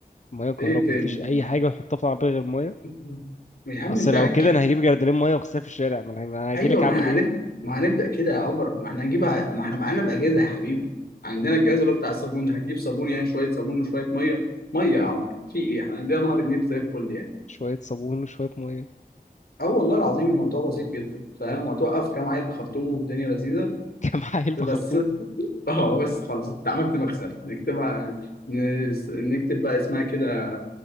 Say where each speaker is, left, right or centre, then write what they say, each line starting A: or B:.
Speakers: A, on the left; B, on the left.
A: مية وكهرباء
B: ايه تاني
A: مفيش أي حاجة بتحطها في العربية غير مية
B: <laughs> يا عم
A: أصل
B: انت
A: لو
B: هتجيب
A: كده أنا هجيب جردلين مية وأغسلها في الشارع ما أنا أنا هجيلك
B: ايوه ما
A: أعمل
B: احنا
A: إيه
B: هنبدا ما هنبدا كده يا عمر ما احنا هنجيبها ما احنا معانا الاجهزه يا حبيبي عندنا الجهاز اللي هو بتاع الصابون ده هتجيب صابون يعني شويه صابون وشويه ميه ميه يا عمر في ايه احنا عندنا نهر النيل زي الفل يعني
A: شوية صابون وشوية مية
B: اه والله العظيم الموضوع بسيط جدا فاهم وتوقف كام عيل بخرطوم والدنيا لذيذه
A: <laughs> كام حايل بخرطوم
B: بس <laughs> اه بس خلاص انت عملت مكسب نكتبها نس- نكتب بقى اسمها كده